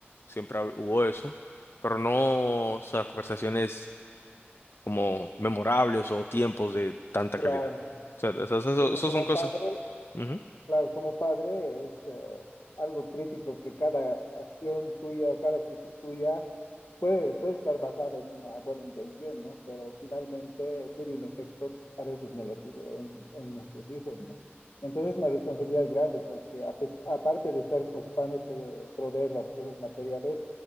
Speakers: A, on the left; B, on the left.
A: siempre hab- hubo eso, pero no, o sea, conversaciones como memorables o tiempos de tanta
B: claro.
A: calidad. O sea, esas, esas-
B: Es que
A: esas
B: como
A: son cosas.
B: padre
A: Ujú,
B: Claro, como padre es eh, algo crítico que cada acción tuya, cada actitud tuya puede, puede estar basada en una buena intención, ¿no? Pero finalmente tiene un efecto a veces negativo en, en nuestros hijos, ¿no? Entonces es una responsabilidad grande porque a pes- aparte de estar ocupándote de proveer las cosas materiales,